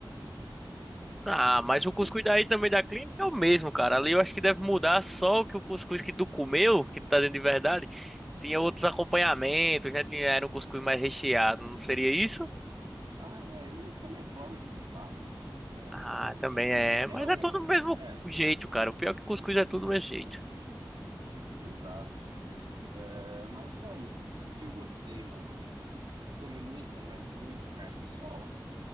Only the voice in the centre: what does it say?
Ah, mas o cuscuz
daí também da clínica é o mesmo, cara. Ali eu acho que deve mudar só que o cuscuz que tu comeu, que tu tá dentro de verdade, tinha outros acompanhamentos, né? Tinha, era um cuscuz mais recheado, não seria isso?
Ah, também é.
Mas
é
tudo do mesmo
jeito, cara. O pior é que cuscuz é tudo do mesmo jeito.